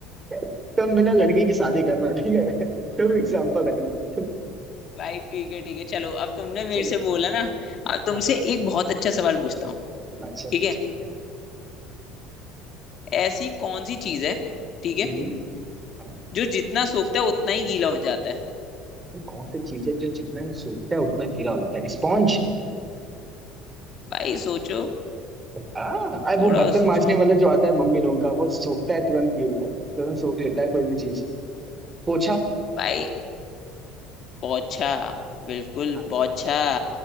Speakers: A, on the right; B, on the left.
A: <laughs> तुम बिना लड़की की शादी करना ठीक है तुम एग्जाम्पल रखना तुम
B: भाई ठीक है ठीक है चलो अब तुमने मेरे
A: चले
B: से बोला ना अब तुमसे
A: हाँ
B: एक बहुत अच्छा सवाल पूछता हूँ
A: अच्छा
B: ठीक
A: अच्छा,
B: है
A: अच्छा।
B: ऐसी कौन सी चीज है ठीक है
A: हम्म, हाँ
B: जो जितना सोखता है उतना ही गीला हो जाता है
A: ये कौन सी चीज है जो जितना ही सूखता है उतना गीला हो जाता है स्पॉन्ज
B: भाई सोचो
A: हाँ
B: थोड़ा
A: वो बर्तन
B: सोचो
A: मांजने वाला जो आता है मम्मी लोगों का वो सोखता है तुरंत गीला तुरंत सोख लेता है कोई भी चीज पोछा
B: भाई पोछा बिल्कुल
A: हाँ,
B: पोछा